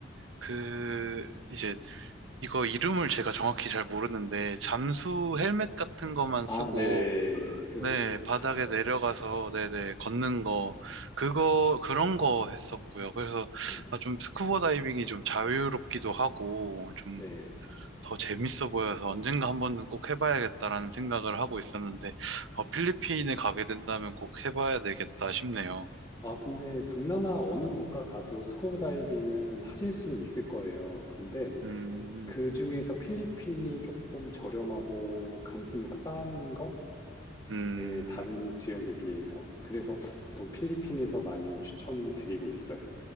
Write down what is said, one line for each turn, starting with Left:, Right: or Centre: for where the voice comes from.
Right: 그 이제 이거 이름을 제가 정확히 잘 모르는데 잠수 헬멧 같은 거만
Left: 아,
Right: 쓰고
Left: 네네. 그거
Right: 네,
Left: 들-
Right: 바닥에
Left: 봤어요.
Right: 내려가서
Left: 네.
Right: 네네 걷는 거 그거 그런 거 했었고요. 그래서
Left: 네.
Right: 아, 좀 스쿠버 다이빙이 좀 자유롭기도 하고 좀
Left: 네.
Right: 더 재밌어 보여서 언젠가 한 번은 꼭 해봐야겠다라는 생각을 하고 있었는데 어, 필리핀에 가게 된다면 꼭 해봐야 되겠다 싶네요.
Left: 아, 근데 동남아 어느 국가 가도 스쿠버 다이빙은 하실 수는 있을 거예요. 근데
Right: 음,
Left: 그 중에서 필리핀이 조금 저렴하고 강습료가 싼 거?
Right: 음,
Left: 네, 다른 지역에 비해서. 그래서 보통 필리핀에서 많이 추천을 드리고 있어요.